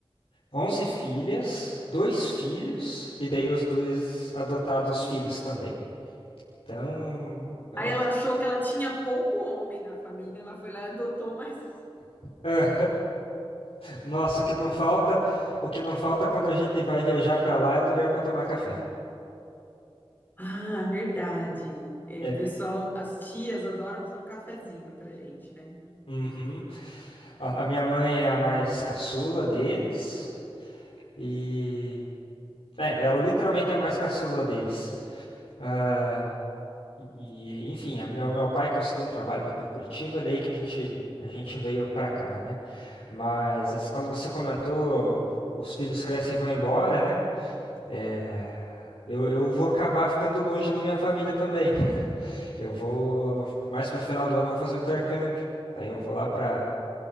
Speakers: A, on the left; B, on the left.
A: onze filhas, dois filhos, e daí os dois adotados filhos também. Então, é,
B: Aí ela achou que ela tinha pouco homem na família, ela foi lá e adotou mais um. <laughs>
A: é, Nossa, o que não falta, o que não falta quando a gente vai viajar pra lá é lugar pra tomar café.
B: Ah, verdade. É,
A: É.
B: o pessoal, as tias adoram fazer um cafezinho pra gente, né?
A: Uhum. A, a minha mãe é a mais caçula deles e é, ela literalmente é a mais caçula deles. Ah, e enfim, a meu, meu pai conseguiu um trabalho aqui pra Curitiba, daí que a gente a gente veio pra cá, né? Mas as- quando você comentou, os filhos crescem e vão embora, né? É, eu, eu vou acabar ficando longe da minha família também. Eu vou no- mais pro final do ano eu vou fazer um intercâmbio. Aí eu vou lá pra